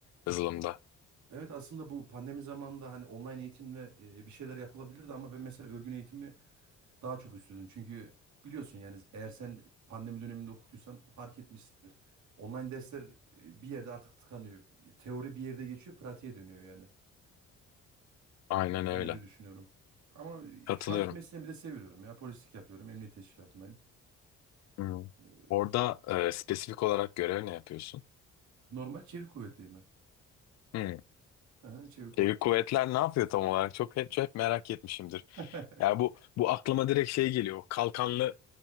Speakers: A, on the left; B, on the right.
A: yazılımda.
B: Evet aslında bu pandemi zamanında hani online eğitimle e, bir şeyler yapılabilirdi ama ben mesela örgün eğitimi Daha çok istiyordum çünkü biliyorsun yani eğer sen pandemi döneminde okutuysan fark etmişsindir. Online dersler e, bir yerde artık tıkanıyor. E, Teori bir yerde geçiyor, pratiğe dönüyor yani.
A: Aynen öyle.
B: Ben öyle düşünüyorum. Ama e,
A: Katılıyorum.
B: şu anki mesleğimi de seviyorum ya. Polislik yapıyorum, emniyet teşkilatındayım.
A: Hı.
B: E,
A: Orada e, spesifik olarak görev ne yapıyorsun?
B: Normal çevik kuvvetteyim ben.
A: Hı.
B: Aha, çevik
A: Çevik
B: kuvvetteyim.
A: kuvvetler ne yapıyor tam olarak? Çok hep, hep merak etmişimdir.
B: <laughs>
A: Ya bu bu aklıma direkt şey geliyor. Kalkanlı